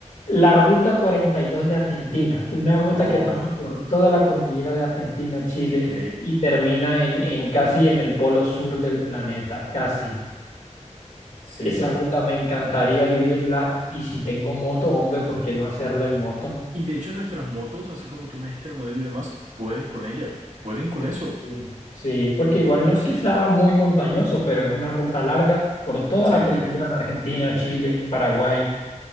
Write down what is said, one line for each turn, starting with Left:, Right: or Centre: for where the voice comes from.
Left: la ruta 42 de Argentina, una ruta
Right: Oh,
Left: que pasa por toda la cordillera de Argentina, Chile
Right: ok,
Left: y termina en, en casi en el polo sur del planeta, casi.
Right: sí.
Left: Esa ruta me encantaría vivirla y si tengo moto, hombre, ¿por qué no hacerla en moto?
Right: Y de hecho nuestras motos, así como tú me dijiste el modelo y demás, pueden con ella, pueden con eso,
Left: Sí, Sí, porque igual
Right: podemos
Left: no es que
Right: ir.
Left: sea muy montañoso, pero es una ruta larga por toda
Right: Sí.
Left: la cordillera en Argentina, Chile, Paraguay.